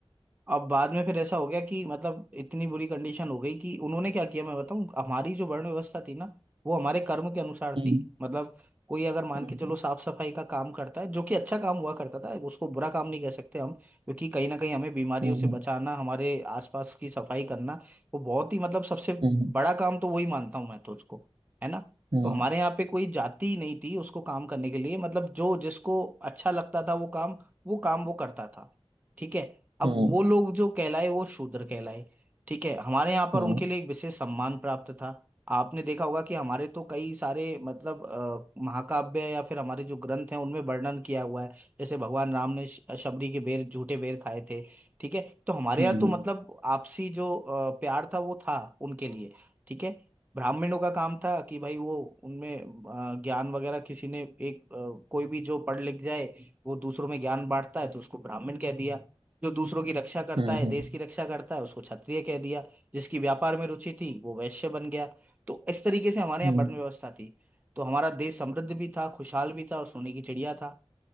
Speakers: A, on the right; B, on the right.
A: अब बाद में फिर ऐसा हो गया कि मतलब इतनी बुरी कंडीशन हो गई कि उन्होंने क्या किया मैं बताऊं हमारी जो वर्ण व्यवस्था थी ना वो हमारे कर्म के अनुसार
B: हम्म
A: थी मतलब कोई अगर मान
B: हम्म
A: के चलो साफ सफाई का काम करता है जो कि अच्छा काम हुआ करता था उसको बुरा काम नहीं कह सकते हम क्योंकि कहीं ना कहीं हमें बीमारियों
B: हम्म
A: से बचाना हमारे आसपास की सफाई करना वो बहुत ही मतलब सबसे
B: हम्म
A: बड़ा काम तो वही मानता हूँ मैं तो उसको है ना
B: हम्म
A: तो हमारे यहाँ पे कोई जाति ही नहीं थी उसको काम करने के लिए मतलब जो जिसको अच्छा लगता था वो काम वो काम वो करता था ठीक है अब
B: हम्म
A: वो लोग जो कहलाए वो शूद्र कहलाए ठीक है हमारे यहाँ पर
B: हम्म
A: उनके लिए एक विशेष सम्मान प्राप्त था आपने देखा होगा कि हमारे तो कई सारे मतलब अ, महाकाव्य या फिर हमारे जो ग्रंथ हैं उनमें वर्णन किया हुआ है जैसे भगवान राम ने श- शबरी के बेर झूठे बेर खाए थे ठीक है तो हमारे
B: हम्म
A: यहाँ तो मतलब आपसी जो अ, प्यार था वो था उनके लिए ठीक है ब्राह्मणों का काम था कि भाई वो उनमें अ, ज्ञान वगैरह किसी ने एक अ, कोई भी जो पढ़ लिख जाए वो दूसरों में ज्ञान बांटता है तो उसको ब्राह्मण कह दिया जो दूसरों की रक्षा करता
B: हम्म
A: है देश
B: हम्म
A: की रक्षा करता है उसको क्षत्रिय कह दिया जिसकी व्यापार में रुचि थी वो वैश्य बन गया तो इस तरीके से हमारे
B: हम्म
A: यहाँ वर्ण व्यवस्था थी तो हमारा देश समृद्ध भी था खुशहाल भी था और सोने की चिड़िया था